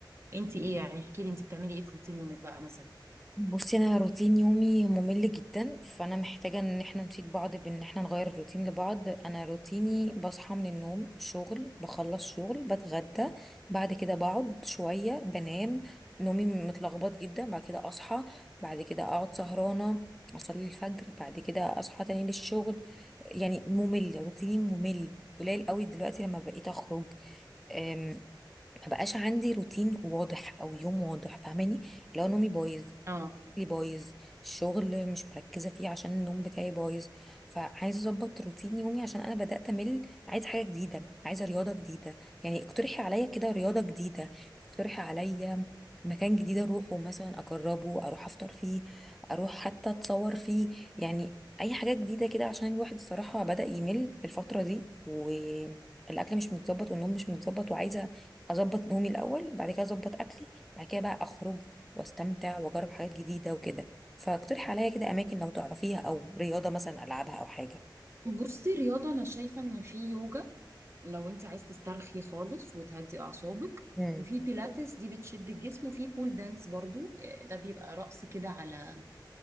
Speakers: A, on the right (about 35°); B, in the centre.
A: انت ايه يعني احكي لي انت بتعملي ايه في روتين يومك بقى مثلا
B: بصي انا روتين يومي ممل جدا فانا محتاجه ان احنا نفيد بعض بان احنا نغير الروتين لبعض انا روتيني بصحى من النوم شغل بخلص شغل بتغدى بعد كده بقعد شويه بنام نومي متلخبط جدا بعد كده اصحى بعد كده اقعد سهرانه اصلي الفجر بعد كده اصحى تاني للشغل يعني ممل روتيني ممل قليل قوي دلوقتي لما بقيت اخرج أم، ما بقاش عندي روتين واضح او يوم واضح فاهماني لو نومي بايظ
A: اه
B: لي بايظ الشغل مش مركزه فيه عشان النوم بتاعي بايظ فعايزه اظبط روتين يومي عشان انا بدات امل عايزه حاجه جديده عايزه رياضه جديده يعني اقترحي عليا كده رياضه جديده اقترحي عليا مكان جديد اروحه مثلا اجربه اروح افطر فيه اروح حتى اتصور فيه يعني اي حاجه جديده كده عشان الواحد الصراحه بدا يمل الفتره دي والاكل مش متظبط والنوم مش متظبط وعايزه اظبط نومي الاول بعد كده اظبط اكلي بعد كده بقى اخرج واستمتع واجرب حاجات جديده وكده فاقترحي عليا كده اماكن لو تعرفيها او رياضه مثلا العبها او حاجه
A: بصي رياضه انا شايفه ان في يوجا لو انت عايز تسترخي خالص وتهدي اعصابك
B: امم
A: وفي بيلاتس دي بتشد الجسم وفي بول دانس برضو آه، ده بيبقى رقص كده على